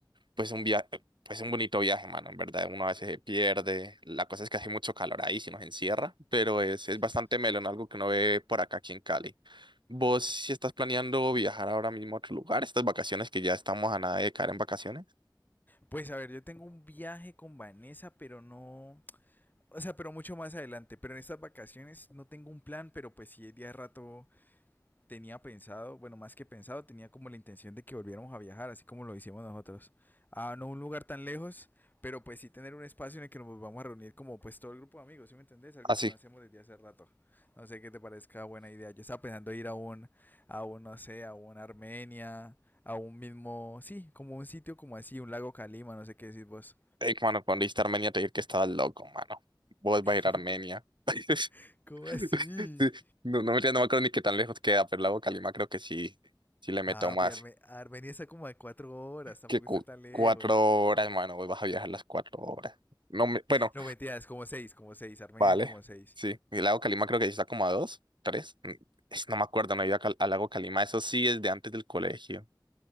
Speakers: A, on the right; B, on the left.
A: pues un viaje, pues un bonito viaje, mano, en verdad. Uno a veces se pierde. La cosa es que hace mucho calor ahí, si nos encierra, pero es,
B: Sí.
A: es bastante melón, algo que uno ve por acá aquí en Cali. ¿Vos
B: sí.
A: si estás planeando viajar ahora mismo a otro lugar, estas vacaciones que ya estamos a nada de caer en vacaciones?
B: Pues a ver, yo tengo un viaje con Vanessa, pero no. O sea, pero mucho más adelante. Pero en estas vacaciones no tengo un plan, pero pues sí, de día de rato tenía pensado, bueno, más que pensado, tenía como la intención de que volviéramos a viajar, así como lo hicimos nosotros. A no un lugar tan lejos, pero pues sí tener un espacio en el que nos vamos a reunir como pues todo el grupo de amigos, ¿sí me entendés? Algo
A: Ah, sí.
B: que no hacemos desde hace rato. No sé qué te parezca buena idea. Yo estaba pensando ir a un, a un, no sé, a un Armenia, a un mismo, sí, como un sitio como así, un lago Calima, no sé qué decís vos.
A: Ey, mano, cuando dijiste Armenia te dije que estabas loco, mano. Vos
B: <laughs>
A: vas a ir a Armenia. <laughs>
B: ¿Cómo así?
A: Sí, No, no, mentira, no me acuerdo ni qué tan lejos queda, pero el lago Calima creo que sí, sí le meto
B: Papi,
A: más
B: Arme- Armenia está como a cuatro horas, tampoco
A: que cu-
B: está tan lejos.
A: cuatro horas, hermano, hoy vas a viajar las cuatro horas. No me, bueno,
B: No, mentiras, como seis como seis Armenia
A: vale,
B: son como seis
A: sí, el lago Calima creo que sí está como a dos, tres, mm, es- no me acuerdo, no he ido a Cal- al lago Calima, eso sí es de antes del colegio.